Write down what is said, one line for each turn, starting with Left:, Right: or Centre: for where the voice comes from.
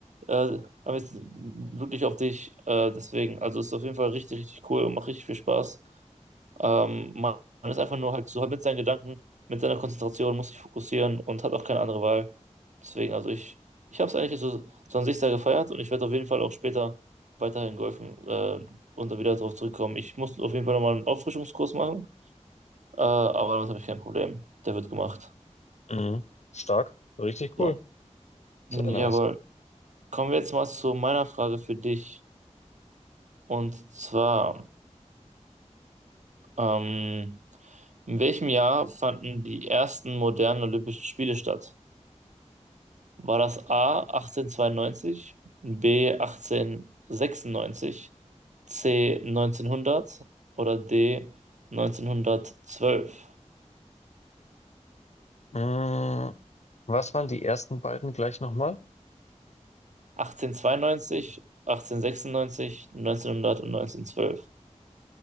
Right: äh, aber jetzt wirklich auf dich. Äh, deswegen, also ist auf jeden Fall richtig, richtig cool und macht richtig viel Spaß. Ähm, man, man ist einfach nur halt so halt mit seinen Gedanken, mit seiner Konzentration, muss sich fokussieren und hat auch keine andere Wahl. Deswegen, also ich, ich habe es eigentlich so, so an sich sehr gefeiert und ich werde auf jeden Fall auch später weiterhin golfen äh, und da wieder darauf zurückkommen. Ich muss auf jeden Fall nochmal einen Auffrischungskurs machen, äh, aber damit habe ich kein Problem. Der wird gemacht.
Left: Mhm. Stark. Richtig
Right: So.
Left: cool. Sehr
Right: Jawohl.
Left: nice.
Right: Kommen wir jetzt mal zu meiner Frage für dich. Und zwar, ähm, in welchem Jahr fanden die ersten modernen Olympischen Spiele statt? War das A 1892, B 1896, C 1900 oder D 1912?
Left: Mhm. Was waren die ersten beiden gleich nochmal?
Right: 1892, 1896, 1900 und 1912.